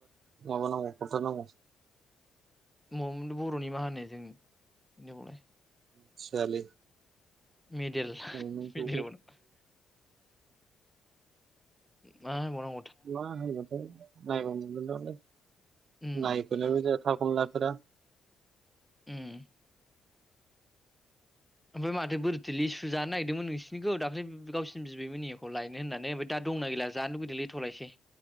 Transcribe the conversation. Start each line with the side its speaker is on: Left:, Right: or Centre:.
Right: माबा लांबा खथार नांगौ
Centre: ममदो बर'नि मा होनो जोंनि इहावलाय?
Right: मिथियालै
Centre: मिडेल <unintelligible>
Right: नोंखौ
Centre: मा होनबाव नांगौ?
Right: मा होनगोन बे नायबा मोनगोन दलाय
Centre: उम
Right: नायफैनायाबो जाया थालखौनो लाथारा।
Centre: उम ओमफाय माथो बोरैथो लिसु जानो नायगिदोंमोन नोंसिनिखौ दाख्लै बि गावसिनि बिबैमोननिखौ लायनो होननानै ओमफाय दा दंना गैला जानो लुबैदोलै थ' लायसै